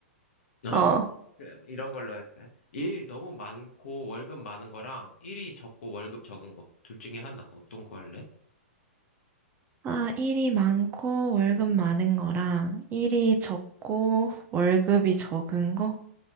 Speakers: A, on the left; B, on the right.
A: 어,
B: 어.
A: 그럼 이런 걸로 할까? 일 너무 많고 월급 많은 거랑 일이 적고 월급 적은 거. 둘 중에 하나. 어떤 거 할래?
B: 아, 일이 많고 월급 많은 거랑 일이 적고 월급이 적은 거?